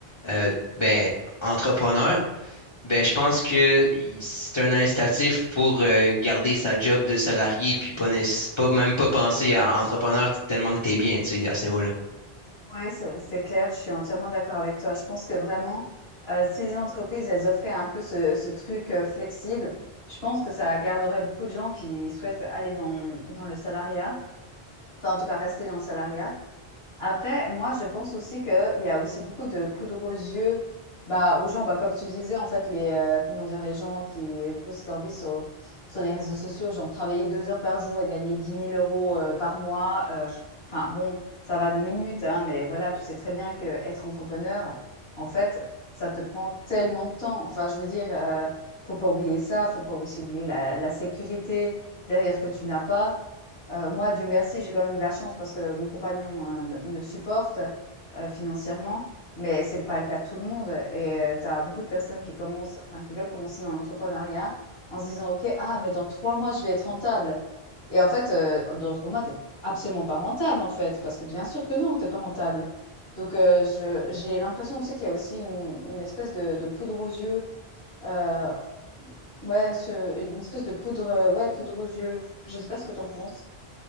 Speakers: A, on the left (about 30°); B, on the left (about 70°).
A: euh, euh, ben, entrepreneur, ben, je pense que i- c'est un incitatif pour euh, garder sa job de salarié, puis pas, nécess- pas même pas penser à entrepreneur tellement que tu es bien, tu sais, à ce niveau-là.
B: Ouais, c'est c'est clair, je suis entièrement d'accord avec toi. Je pense que vraiment, euh, si les entreprises, elles offraient un peu ce, ce truc euh, flexible, je pense que ça garderait beaucoup de gens qui souhaitent aller dans, dans le salariat, enfin en tout cas rester dans le salariat. Après, moi, je pense aussi qu'il y a aussi beaucoup de poudre aux yeux, bah, aux gens, bah, comme tu disais, en fait, les, euh, comment dire, les gens qui postent leur vie sur, sur les réseaux sociaux, genre travailler deux heures par jour et gagner dix mille euros euh, par mois. euh, Enfin, bon, ça va deux minutes, hein, mais voilà, tu sais très bien que être entrepreneur, en fait, ça te prend tellement de temps. Enfin, je veux dire, euh, faut pas oublier ça, faut pas aussi oublier la, la sécurité derrière que tu n'as pas. Heu, moi, Dieu merci, j'ai quand même de la chance parce que mon compagnon, heu, me me supporte, heu, financièrement, mais c'est pas le cas de tout le monde et heu, tu as beaucoup de personnes qui commencent enfin, qui veulent commencer dans l'entrepreneuriat en se disant: «OK, ah mais dans 3 mois, je vais être rentable» et en fait, heu, dans 3 mois, t'es absolument pas rentable, en fait, parce que bien sûr que non, t'es pas rentable. Donc heu, je j'ai l'impression aussi qu'il y a aussi une une espèce de de poudre aux yeux, heu, ouais, ce une espèce de poudre, heu, ouais, poudre aux yeux. Je sais pas ce que t'en penses?